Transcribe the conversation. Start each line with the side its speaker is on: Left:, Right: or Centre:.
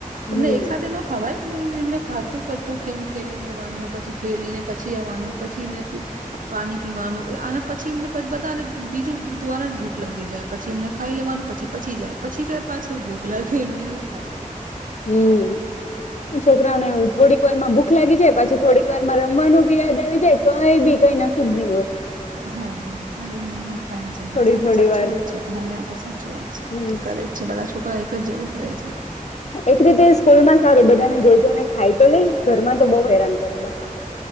Right: તેમને
Left: હમ
Right: એક સાથે એ ન ખવાય કે એમને ફરતું ફરતું ખેમ ખેલીને લેવાનું પછી, ખેલીને પછી આવવાનું પછી એને પાણી પીવાનું અને પછી એમને <unintelligible> બધાને બીજું દ્વારને ભૂખ લાગી જાય, પછી એમને ખાઈ લેવાનું. પછી પચી જાય, પછી પાછું ભૂખ લાગે એમને એવું થાય છે.
Left: હમ્મ. છોકરાઓ ને એવું થોડીક વાર માં ભૂખ લાગી જાય, પછી થોડીક વાર માં રમવાનું બી યાદ આવી જાય, કઈ બી કઈ નક્કીજ ની હોય.
Right: હા, તારે એમને એમ જ થાય છે,
Left: થોડી
Right: આ તો
Left: થોડી
Right: સાચી
Left: વારમાં
Right: વાત છે, મને આ તો સાચ સાચી વાત છે,
Left: હમ
Right: તો કરે જ છે, બધા છોકરા એક જ જેવું કરે છે.
Left: એક રીતે સ્કૂલમાં સારું બધાને જોઈ જોઈ ને ખાઈ તો લે ઘરમાં તો બહુ હેરાન કરે બાપા